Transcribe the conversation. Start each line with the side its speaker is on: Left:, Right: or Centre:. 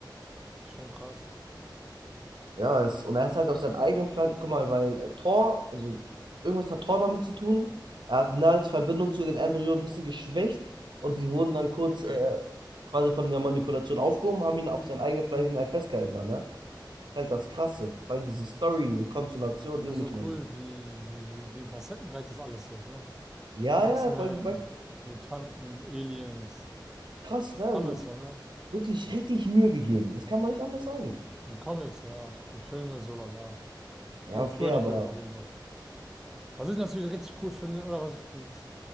Centre: Ist schon krass.
Right: Ja, es, und er ist halt aus seinem eigenen Planeten, guck mal, weil äh, Thor, also irgendwas hat Thor damit zu tun. Er hat Nulls Verbindung zu den Embryonen ein bisschen geschwächt und die wurden dann kurz äh, quasi von der Manipulation aufgehoben, haben ihn auf seinen eigenen Planeten halt festgehalten dann, ne? halt das Krasse. Vor allem diese Story, diese Konstellation,
Centre: Ich finde
Right: die
Centre: das
Right: will
Centre: so
Right: ich mal
Centre: cool,
Right: sehen.
Centre: wie, wie, wie, wie facettenreich das alles so ist, ne?
Right: Ja,
Centre: X-Men,
Right: ja, vor allem, weil-
Centre: Mutanten, Aliens,
Right: krass, ne? Also
Centre: alles so, ne?
Right: wirklich richtig Mühe gegeben. Das kann man nicht anders sagen.
Centre: Die Comics, ja. Die Filme, so lala.
Right: Ja,
Centre: Also
Right: okay,
Centre: früher
Right: aber
Centre: die Filme auf jeden Fall. Was ich natürlich richtig cool finde, oder was, in